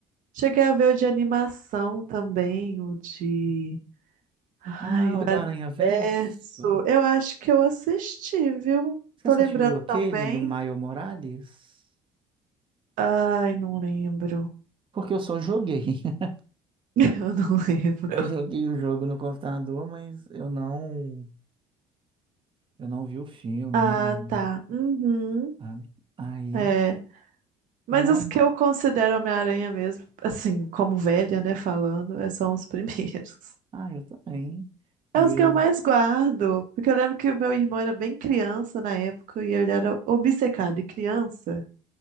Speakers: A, on the right (about 70°); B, on the right (about 35°).
A: cheguei a ver o de animação também, o de. Ai,
B: Ah,
A: do
B: o do
A: Aranhaverso.
B: Aranha Verso.
A: Eu acho que eu assisti, viu?
B: Você
A: Tô
B: assistiu
A: lembrando
B: aquele
A: tão bem.
B: do Maio Morales?
A: Ai, não lembro.
B: Porque eu só joguei. <laughs>
A: <laughs> Eu não lembro.
B: Eu joguei o jogo no computador, mas eu não, eu não vi o filme
A: Ah,
B: nem nada,
A: tá. Uhum.
B: sabe? Aí,
A: É. Mas
B: não.
A: os que eu considero Homem-Aranha mesmo, assim, como velha, né, falando, é- são os <laughs> primeiros.
B: Ah, eu também. Eu,
A: É os que eu mais guardo, porque eu lembro que o meu irmão era bem criança na época e ele era obcecado. E criança